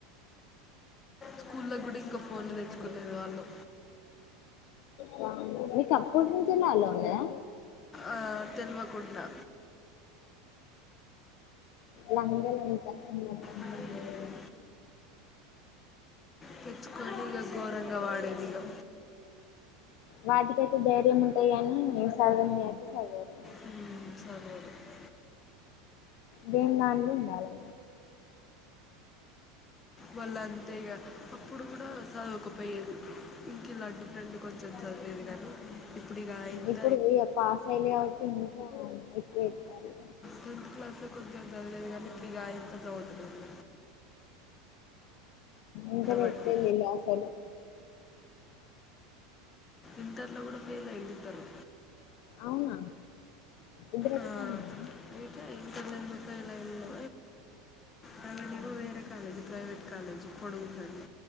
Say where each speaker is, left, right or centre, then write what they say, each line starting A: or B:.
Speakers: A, on the left; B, on the left.
A: స్కూల్లోకి కూడా ఇంకో ఫోన్ తెచ్చుకునేది వాళ్ళు
B: వామ్మో మీకప్పటి నుంచే అలో ఉన్నాదా
A: ఆ, తెలియకుండా
B: లంగలంతా చిన్నప్పటి నుంచెల్లి
A: మ్మ్. తెచ్చుకోని ఇగ ఘోరంగా వాడేదిగా
B: వాటికైతే ధైర్యం ముంటది గాని ఇగ చదువనైతే చదువరు
A: మ్మ్. చదువు
B: దేనిది దాందే ఉండాలి
A: వాళ్ళ అంతే ఇగ అప్పుడు కూడా చదవకపోయేది ఇంకా ఇలాంటి ఫ్రెండ్ కొంచెం చదివేది కానీ ఇప్పుడు ఇక ఇంత
B: ఇప్పుడు ఇగ పాస్ అయ్యింలు కాబట్టి ఇంకా ఎక్కువ ఎత్తారు
A: టెన్త్ క్లాస్ లో కొంచెం చదివేది కానీ ఇప్పుడు అయింత చదువుతలేరు
B: ఇంటర్
A: బట్టి
B: ఎట్లా ఎల్లిన్లో అసలు
A: ఇంటర్ల కూడా ఫెయిల్ అయ్యి ఉంటారు
B: అవునా ఇద్దరు ఒకకాన్నేనా
A: ఆ అయితే ఇంటర్ లా ఎందుకు ఫెయిల్ ఐన్లో తనది వేరే కాలేజ్ ప్రైవేట్ కాలేజ్ పొడుగు ఫ్రెండ్